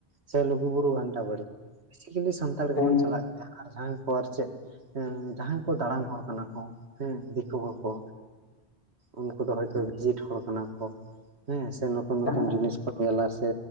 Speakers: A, on the right (about 70°); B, on the left (about 45°).
A: ᱥᱮ ᱞᱩᱜᱩᱵᱩᱨᱩ ᱜᱷᱟᱱᱴᱟ ᱵᱟᱲᱮ ᱵᱮᱥᱤᱠᱮᱞᱤ ᱥᱟᱱᱛᱟᱲ
B: ᱦᱮᱸ
A: ᱜᱮᱵᱚᱱ
B: ᱦᱮᱸ
A: ᱪᱟᱞᱟᱜ ᱜᱮᱭᱟ᱾ ᱟᱨ ᱡᱟᱦᱟᱸᱭ ᱠᱚ ᱟᱨ ᱪᱮᱫ ᱡᱟᱦᱟᱸᱭ ᱠᱚ ᱫᱟᱬᱟᱱ ᱦᱚᱲ ᱠᱟᱱᱟ ᱠᱚ ᱦᱮᱸ ᱫᱤᱠᱩ ᱦᱚᱲᱠᱚ᱾ ᱩᱱᱠᱩ ᱫᱚ ᱦᱚᱭᱛᱳ ᱵᱷᱤᱡᱤᱴ ᱦᱚᱲ ᱠᱟᱱᱟ ᱠᱚ ᱦᱮᱸ ᱥᱮ ᱱᱚᱛᱩᱱ
B: ᱦᱮᱸ
A: ᱱᱚᱛᱩᱱ ᱡᱤᱱᱤᱥ ᱠᱚ ᱧᱮᱞᱟ ᱥᱮ